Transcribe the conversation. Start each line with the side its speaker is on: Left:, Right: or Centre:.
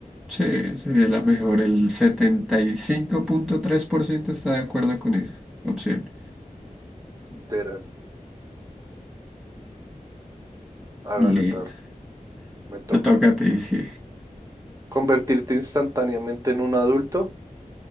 Centre: Sí, sería la mejor. El setenta y cinco punto tres por ciento está de acuerdo con esa opción.
Right: Literal. Hágale,
Centre: Listo.
Right: perro. Me toca.
Centre: Te toca a ti, sí.
Right: ¿Convertirte instantáneamente en un adulto